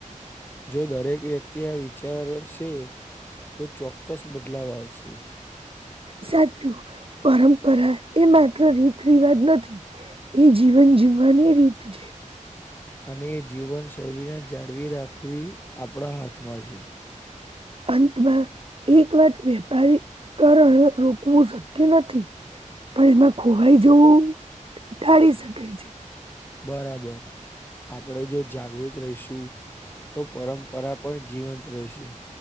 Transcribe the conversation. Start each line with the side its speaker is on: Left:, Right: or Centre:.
Left: જો દરેક વ્યક્તિ આ વિચારશે તો ચોક્કસ બદલાવ આવશે.
Right: સાચું પરંપરા એ માત્ર રીત રિવાજ નથી. એ જીવન જીવવાની રીત છે.
Left: અને એ જીવન શૈલીને જાળવી રાખવી આપણા હાથમાં છે.
Right: અંતમાં એક વાત વેપારી કરણ રોકવું શક્ય નથી પણ એમાં ખોવાઈ જેવું ટાળી શકેાય છે.
Left: બરાબર આપણે જો જાગૃત રહીશું તો પરંપરા પણ જીવંત રહેશે.